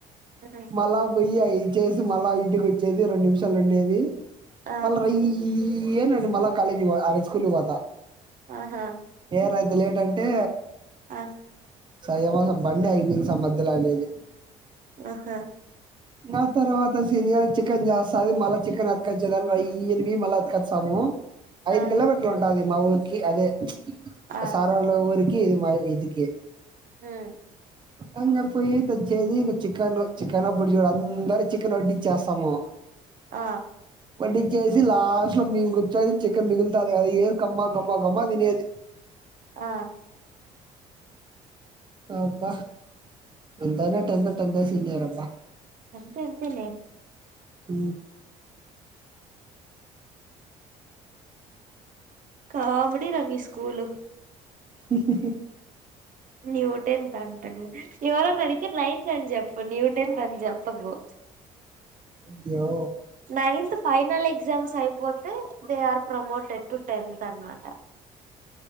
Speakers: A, on the right; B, on the right.
A: మ్మ్
B: మళ బోయ్యి అయి వచ్చేసి మళ్ళా ఇంటికి వచ్చేది రెండు నిమిషాలు ఉండేది
A: ఆ
B: మళ్ల ర్రయ్యి య్యి నా మల కాలేజ్ కి ఈ స్కూల్ కి పోత
A: ఆహా
B: పెద్ద లేట్ అంటే
A: ఆ
B: సయవ బండి ఆగిపోయింది స మధ్యాల అనేది
A: అహ
B: నా తర్వాత సీనియర్ చికెన్ చేస్తది మళ్ళా చికెన్ అతుకచ్చేదానికి ర్రాయ్యిన పోయి మళ్ళ అతుకస్తాము ఐదు
A: ఆ
B: కిలోమీటర్లు ఉంటది మా ఉరికి అదే
A: ఆ
B: సారలో ఊరి ఇ ఇది మ ఇదికి
A: మ్మ్
B: అన్న పోయి తెచ్చ ఏది చికెన్ చికెన్ ఇప్పుడు చూడు అందర చికెన్ వడ్డీ చేస్తాము
A: ఆ
B: వడ్డిచ్చేసి లాస్ట్ లో మేము కూర్చొని చికెన్ మిగులుతంది కదా ఏది కమ్మా గమ్మా గమ్మా తినేది
A: ఆ
B: అబ్బ ఎంతనే టన్త్ టన్త్ ఎ సీనియర్ అబ్బా
A: అంతే అంతేలే
B: ఊ
A: కామెడీరా మి స్కూలు
B: ఉహు హు
A: న్యూటెన్ తంటనే ఇవార నడితే నైన్త్ తంజప్ న్యూటెన్ తంజప్పకు
B: అయో
A: నైన్త్ ఫైనల్ ఎగ్జామ్స్ అయిపోతే they are promoted to tenth తర్మాట